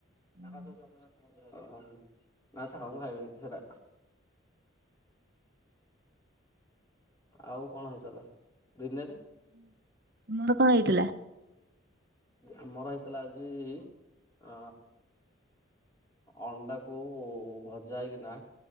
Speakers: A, on the right (about 50°); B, on the left (about 15°).
A: ହୁଁ,
B: ଅ ଅ ଅ ନା ଖାଉନୁ ମୁଁ ଖାଇବିନି ସାଦା। ଆଉ କଣ ହେଇଥିଲା। ଦିନରେ
A: ମୋର କଣ ହେଇଥିଲା
B: ଆମର ହେଇଥିଲା ଆଜି ଯେ ଅ ଅଣ୍ଡାକୁ ଭଜା ହେଇକିନା